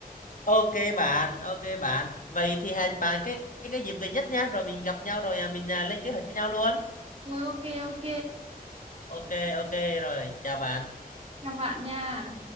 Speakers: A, on the left; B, on the right.
A: Ok bạn, ok bạn. Vậy thì hẹn bạn cái cái, cái dịp gần nhất nhá, rồi mình gặp nhau rồi à, mình à, lên kế hoạch với nhau luôn.
B: rồi ok ok
A: Ok ok rồi, chào bạn.
B: chào bạn nha